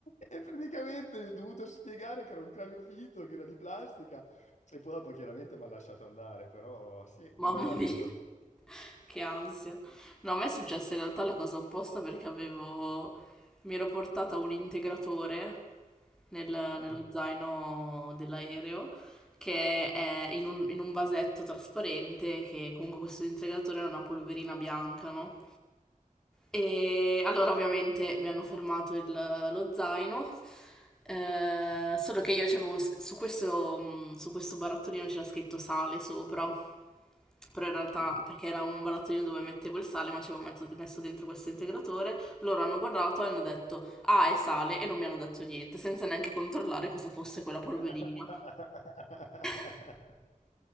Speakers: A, on the left; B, in the centre.
A: E praticamente gli ho dovuto spiegare che era un cranio finto, che era di plastica. E poi dopo chiaramente mi ha lasciato andare, però sì,
B: mamma
A: un bell'aneddoto.
B: mia, che ansia. No, a me è successa in realtà la cosa opposta perché avevo... mi ero portata un integratore nel-
A: Mm,
B: nello zaino dell'aereo che è in un, in un vasetto trasparente che comunque questo integratore era una polverina bianca, no? E allora ovviamente mi hanno fermato il- lo zaino, eh, solo che io c'avevo sc- su questo, mh, su questo barattolino c'era scritto sale sopra, però in realtà
A: ok.
B: perché era un barattolino dove mettevo il sale ma ci avevo metto- messo dentro questo integratore, loro hanno guardato e hanno detto ah è sale e non mi hanno detto niente senza neanche controllare cosa fosse quella polverina,
A: <laughs>
B: <laughs>